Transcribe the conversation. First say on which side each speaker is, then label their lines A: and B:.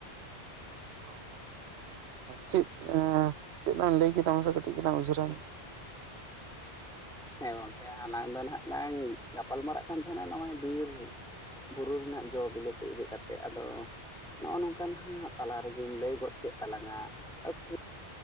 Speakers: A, on the right (about 75°); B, in the centre.
A: ᱛᱚ ᱪᱮᱫ ᱪᱮᱫ ᱞᱟᱝ ᱞᱟᱹᱭ ᱠᱮᱫ ᱢᱟᱥᱮ ᱠᱟᱹᱴᱤᱡ ᱪᱟᱞᱟᱝ ᱩᱭᱦᱟᱹᱨᱟ
B: ᱦᱮᱸ ᱜᱚᱝᱠᱮ ᱟᱞᱟᱝ ᱫᱚ ᱱᱟᱜ ᱞᱟᱝ ᱜᱟᱯᱟᱞ ᱢᱟᱨᱟᱜ ᱠᱟᱱ ᱛᱟᱦᱮᱸᱱᱟ ᱱᱚᱶᱟ ᱵᱤᱨ ᱵᱩᱨᱩ ᱨᱮᱱᱟᱜ ᱡᱚ ᱵᱤᱞᱤ ᱠᱚ ᱤᱫᱤ ᱠᱟᱛᱮᱜ ᱟᱫᱚ ᱱᱚᱜ-ᱚ ᱱᱚᱝᱠᱟ ᱱᱟᱸᱜ ᱛᱟᱞᱟ ᱨᱮᱜᱮᱢ ᱞᱟᱹᱭ ᱜᱚᱫ ᱠᱮᱫ ᱛᱟᱞᱟᱝᱟ ᱮᱠᱥᱩ